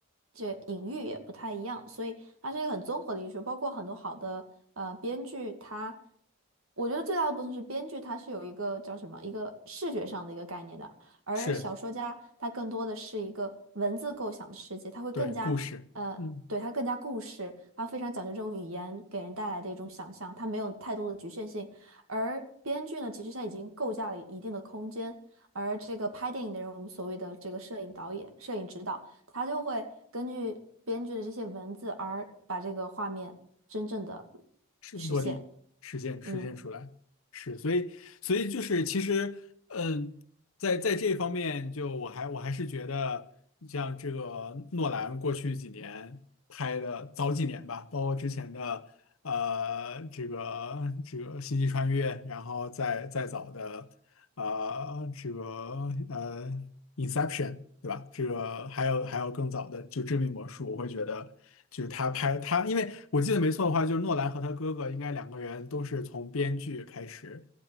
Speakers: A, on the right; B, on the left.
A: 这隐喻也不太一样，所以它是一个很综合的艺术，包括很多好的呃编剧，它我觉得最大的不同是编剧它是有一个叫什么一个视觉上的一个概念的。而小说家他更多的是一个文字构想的世界，
B: 是
A: 他会更加，
B: 对故事，
A: 呃，
B: 嗯。
A: 对，他更加故事，他非常讲究这种语言给人带来的一种想象，他没有太多的局限性。而编剧呢，其实他已经构架了一定的空间，而这个拍电影的人，我们所谓的这个摄影导演、摄影指导，他就会根据编剧的这些文字而把这个画面真正的
B: 是落地实现实现出来，
A: 实现。嗯。
B: 是，所以所以就是其实，嗯，在在这方面，就我还我还是觉得，像这个诺兰过去几年拍的早几年吧，包括之前的呃这个这个星际穿越，然后再再早的。啊、这个呃《Inception》，对吧？这个还有还有更早的，就《致命魔术》，我会觉得就是他拍他，因为我记得没错的话，就是诺兰和他哥哥应该两个人都是从编剧开始，